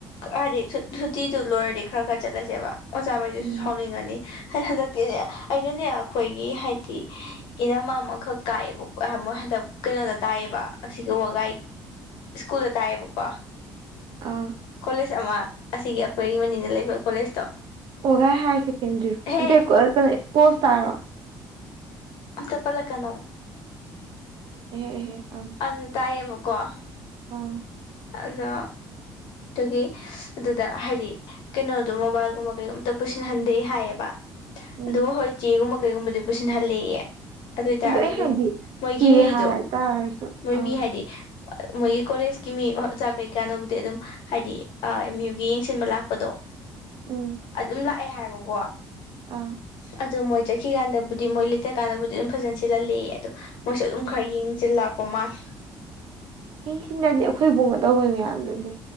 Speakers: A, on the left; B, on the right.
A: ꯍꯥꯏꯗꯤ ꯁꯨꯇꯤꯗꯨ ꯂꯣꯏꯔꯗꯤ ꯈꯔ ꯈꯔ ꯆꯠꯂꯁꯦꯕ ꯑꯣꯖꯥꯈꯩꯗꯨꯁꯨ
B: ꯎꯝ
A: ꯁꯥꯎꯅꯤꯡꯉꯅꯤ ꯍꯟꯗꯛꯇꯤꯅꯦ ꯑꯩꯅꯅꯦ ꯑꯩꯈꯣꯏꯒꯤ ꯍꯥꯏꯗꯤ ꯏꯅꯝ ꯑꯃꯈꯛ ꯀꯥꯏꯑꯦꯕ ꯃꯣꯏ ꯍꯟꯗꯛ ꯀꯩꯅꯣꯗ ꯇꯥꯏꯌꯦꯕ ꯑꯁꯤꯒ ꯋꯥꯒꯥꯏ ꯁ꯭ꯀꯨꯜꯗ ꯇꯥꯏꯑꯕꯀꯣ
B: ꯑꯥ
A: ꯀꯣꯂꯦꯖ ꯑꯃ ꯑꯁꯤꯒꯤ ꯑꯩꯈꯣꯏꯒꯤ ꯃꯅꯤꯡꯗ ꯂꯩꯕ ꯀꯣꯂꯦꯖꯇꯣ
B: ꯑꯣꯒꯥꯏ ꯍꯥꯌꯔ ꯁꯦꯀꯦꯟꯗꯔꯤꯣ
A: ꯍꯦ
B: ꯑꯟ ꯄꯣꯁ ꯇꯥꯔꯣ
A: ꯑꯝ ꯆ ꯄꯜꯂ ꯀꯩꯅꯣ
B: ꯑꯦ ꯑꯦꯍꯦ ꯑ
A: ꯑꯗꯨ ꯇꯥꯏꯌꯦꯕꯀꯣ
B: ꯑꯣ
A: ꯑꯗꯣ ꯑꯗꯨꯒꯤ ꯑꯗꯨꯗ ꯍꯥꯏꯗꯤ ꯀꯩꯅꯣꯗꯣ ꯃꯣꯕꯥꯏꯜꯒꯨꯝꯕ ꯀꯩꯒꯨꯝꯝꯇ ꯄꯨꯁꯤꯟꯍꯟꯗꯦ ꯍꯥꯏꯌꯦꯕ
B: ꯎꯝ
A: ꯑꯗꯨꯒ ꯍꯣꯏ ꯆꯦꯒꯨꯝꯕ ꯀꯩꯒꯨꯝꯕꯗꯤ ꯄꯨꯁꯤꯟꯍꯜꯂꯤꯌꯦ ꯑꯗꯨ ꯑꯣꯏꯇꯥꯔꯁꯨ
B: ꯑꯩ
A: ꯑꯗꯨꯝ
B: ꯍꯥꯏꯗꯤ
A: ꯃꯣꯏꯒꯤ
B: ꯆꯦ
A: ꯃꯤꯗꯣ
B: ꯍꯥꯏ ꯇꯥꯔꯁꯨ
A: ꯃꯣꯏ
B: ꯑꯥ
A: ꯃꯤ ꯍꯥꯏꯗꯤ ꯃꯣꯏꯒꯤ ꯀꯣꯂꯦꯖꯀꯤ ꯃꯤ ꯆꯥꯛ ꯀꯩꯀꯥꯟꯗꯕꯨꯗꯤ ꯑꯗꯨꯝ ꯍꯥꯏꯗꯤ ꯑ ꯑꯦꯝ ꯌꯨꯒꯤ ꯌꯦꯡꯁꯤꯟꯕ ꯂꯥꯛꯄꯗꯣ
B: ꯎꯝ
A: ꯑꯗꯨꯝ ꯂꯥꯛꯑꯦ ꯍꯥꯏꯕꯀꯣ
B: ꯑꯥ
A: ꯑꯗꯨ ꯃꯣꯏ ꯆꯠꯈꯤꯀꯥꯟꯗꯕꯨꯗꯤ ꯃꯣꯏ ꯂꯤꯠꯇꯀꯥꯟꯗꯕꯨꯗꯤ ꯑꯗꯨꯝ ꯐꯖꯅ ꯁꯤꯍꯜꯂꯑꯦ ꯑꯗꯣ ꯃꯣꯏꯁꯨ ꯑꯗꯨꯝ
B: ꯎꯝ
A: ꯈꯔ ꯌꯦꯡꯁꯤꯜꯂꯥꯛꯄ ꯃꯥꯜꯂꯦ
B: ꯅꯤꯡꯁꯤꯡꯅꯗꯤ ꯑꯩꯈꯣꯏꯕꯨꯡꯅ ꯇꯧꯋꯦ ꯃꯌꯥꯝꯗꯨꯗꯤ